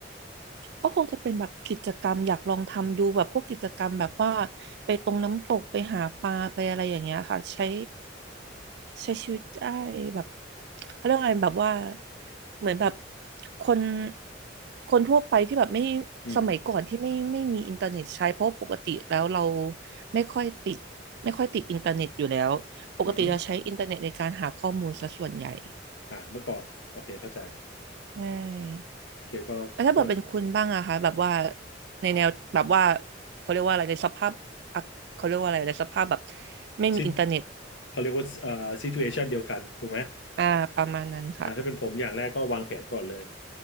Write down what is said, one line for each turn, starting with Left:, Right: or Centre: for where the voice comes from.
Right: ก็คงจะเป็นแบบกิจกรรมอยากลองทำดูแบบพวกกิจกรรมแบบว่าไปตรงน้ำตกไปหาปลาไปอะไรอย่างเงี้ยค่ะใช้ ใช้ชีวิตได้แบบเขาเรียกว่าไงแบบว่าเหมือนแบบคนคนทั่วไปที่แบบไม่
Left: อืม
Right: สมัยก่อนที่ไม่ไม่มีอินเทอร์เน็ตใช้เพราะปกติแล้วเราไม่ค่อยติดไม่ค่อยติดอินเทอร์เน็ตอยู่แล้วปกติเราใช้อินเทอร์เน็ตในการหาข้อมูลซะส่วนใหญ่
Left: อืมฮึอ่ะเมื่อก่อนโอเคเข้าใจ
Right: ใช่
Left: โอเคก็ก็
Right: แล้วถ้าเบิเป็นคุณบ้างอะคะแบบว่าในแนวแบบว่าเขาเรียกว่าอะไรในสภาพอะเขาเรียกว่าอะไรในสภาพแบบไม่มีอินเทอร์เน็ต
Left: ซิเขาเรียกว่าเอ่อซิทูเชันเดียวกันถูกไหม
Right: อ่าประมาณนั้นค่ะ
Left: อ่าถ้าเป็นผมอย่างแรกก็วางแผนก่อนเลย